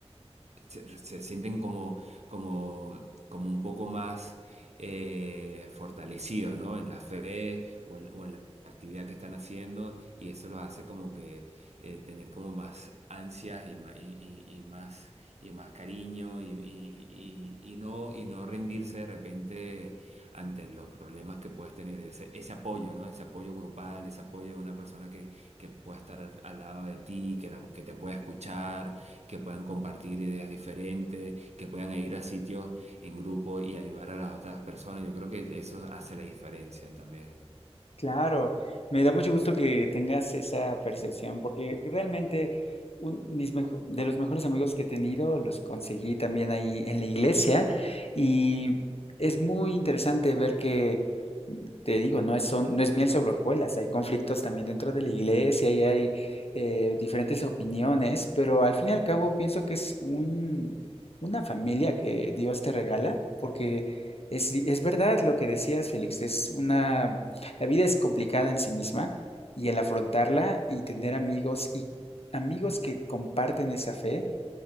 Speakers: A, on the right (about 80°); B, on the left (about 65°).
A: se, se sienten como, como, como un poco más eh, fortalecidos, ¿no? En la fe o en, o en la actividad que están haciendo y eso los hace como que eh, tener como más ansias y más, y, y- y más, y más cariño y, y- y- y no, y no rendirse de repente ante los problemas que puedes tener, ese, ese apoyo, ¿no? Ese apoyo grupal, ese apoyo de una persona que, que pueda estar al, al lado de ti, que, la- que te pueda escuchar que puedan compartir ideas diferentes, que puedan ir a sitios en grupo y ayudar a las otras personas. Yo creo que eso hace la diferencia también.
B: Claro, me da mucho gusto que tengas esa percepción, porque realmente un- mis mejo- de los mejores amigos que he tenido los conseguí también ahí en la iglesia y es muy interesante ver que, mm, te digo, no es, son, no es miel sobre hojuelas, hay conflictos también dentro de la iglesia y hay eh, diferentes opiniones, pero al fin y al cabo pienso que es un, una familia que Dios te regala, porque es, es verdad lo que decías, Félix, es una... La vida es complicada en sí misma y el afrontarla y tener amigos y amigos que comparten esa fe